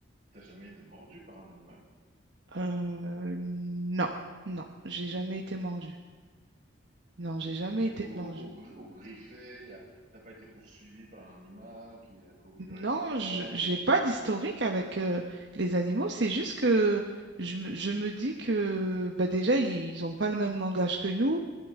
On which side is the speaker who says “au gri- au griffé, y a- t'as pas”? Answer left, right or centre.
Right